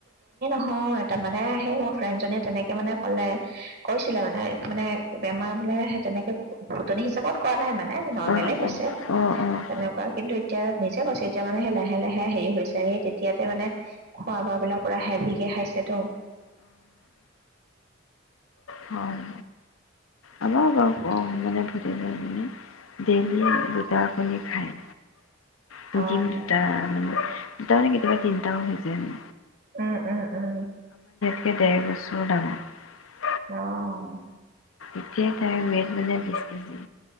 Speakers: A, on the right (about 50°); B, on the left (about 80°).
A: অ তাৰ মানে আহে মোৰ ফ্ৰেণ্ড জীয়ে তেনেকে মানে কলে কৈছিলে মানে মানে বেমাৰ মানে সেই তেনেকে ফুটনি হিচাপত কৰা নাই মানে নৰ্মেলে
B: অ', অ',
A: কৈছে
B: অ', অ', অ',
A: তেনেকুৱা কিন্তু এতিয়া নিজে কৈছে এতিয়া মানে সেই লাহে লাহে হেৰি হৈছে এই তেতিয়াতে মানে খোৱা ব বিলাক পুৰা হেভিকে খাইছে তো
B: হয়। আমাৰ
A: <unintelligible>
B: বাৰু অ', মানে ভতিজা এজনী ডেইলি দুটা কণী খায় ন
A: অঁ
B: দিম দুটা মানে দুটা মানে কেতিয়াবা তিনিটাও হৈ যায় মে
A: উম উম উম
B: ডেৰ বছৰ ডাঙৰ
A: আহ
B: এতিয়াই তাই ৱেইট মানে বিশছ কেজি